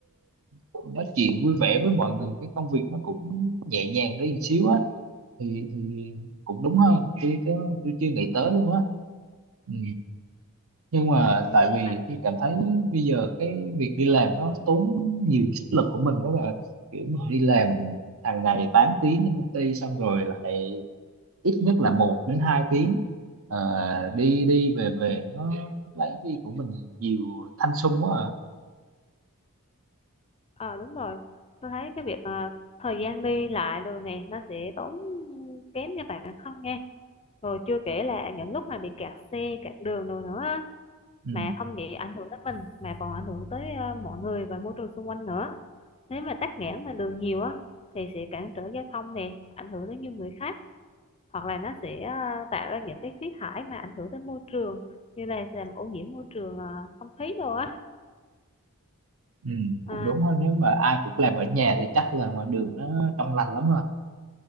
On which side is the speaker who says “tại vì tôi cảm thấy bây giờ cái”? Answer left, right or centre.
Right